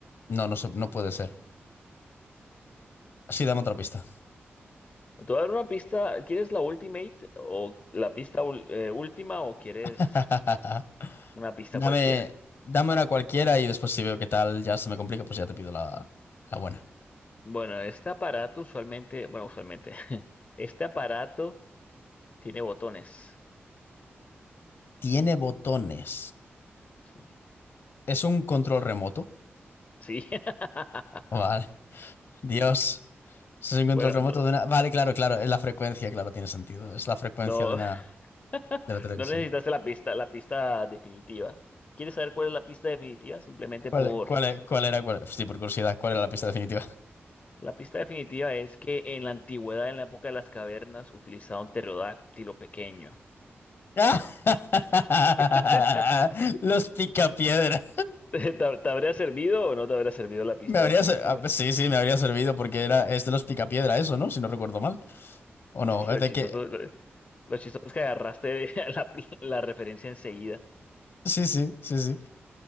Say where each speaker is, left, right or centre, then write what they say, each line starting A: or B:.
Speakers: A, on the left; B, on the left.
A: no, no, se- no puede ser. Sí, dame otra pista.
B: Te voy a dar una pista, ¿quieres la Ultimate o la pista ul- eh, última o quieres
A: <laughs>
B: una pista
A: Dame,
B: cualquiera?
A: dame una cualquiera y después si veo qué tal ya se me complica, pues ya te pido la, la buena.
B: Bueno, este aparato usualmente, bueno, usualmente, <laughs> este aparato tiene botones.
A: Tiene botones.
B: Sí.
A: Es un control remoto.
B: Sí. <laughs>
A: Vale. Dios. Es un control
B: Bueno,
A: remoto
B: no,
A: de una... Vale, claro, claro. Es la frecuencia, claro, tiene sentido. Es la frecuencia
B: no,
A: de una...
B: <laughs>
A: de la televisión.
B: no necesitaste la pista, la pista definitiva. ¿Quieres saber cuál es la pista definitiva? Simplemente
A: ¿Cuál,
B: por...
A: cuál, e- cuál era, cuál, sí, por curiosidad, cuál era la pista definitiva?
B: La pista definitiva es que en la antigüedad, en la época de las cavernas, utilizaban un pterodáctilo pequeño.
A: <laughs>
B: <laughs>
A: Los picapiedra.
B: ¿Te, te habría servido o no te habría servido la pista
A: Me habría,
B: definitiva?
A: ser- ah, pues sí, sí, me habría servido porque era, es de los picapiedra eso, ¿no? Si no recuerdo mal. ¿O
B: Es
A: no?
B: que
A: ¿Es
B: lo
A: de
B: chistoso,
A: que
B: lo, lo chistoso es que agarraste <laughs> la la referencia enseguida.
A: Sí, sí, sí, sí.